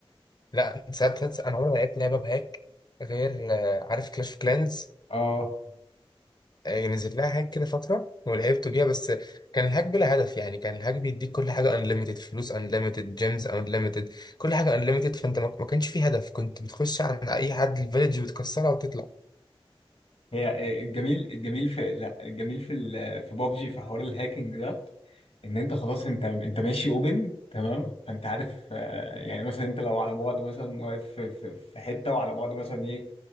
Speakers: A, on the left; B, on the left.
A: <laughs> لا انت ساعات ساعات- انا عمري ما لعبت لعبه بهاك غير آه، عارف كلاش اوف كلانز
B: اه
A: آه، نزل لها هاك كده فترة ولعبت بيها بس كان الهاك بلا هدف يعني كان الهاك بيديك كل حاجة انليمتد فلوس انليمتد جيمز انليمتد كل حاجة انليمتد فانت ما ما كانش فيه هدف كنت بتخش عند اي حد الفيلج وتكسرها وتطلع
B: هي آه، الجميل الجميل في لا الجميل في ال- في بابجي في حوار الهاكينج ده ان انت خلاص انت انت ماشي اوبن تمام فانت عارف آه، يعني مثلا انت لو على بعد مثلا واقف في في- في حته وعلى بعد مثلا ايه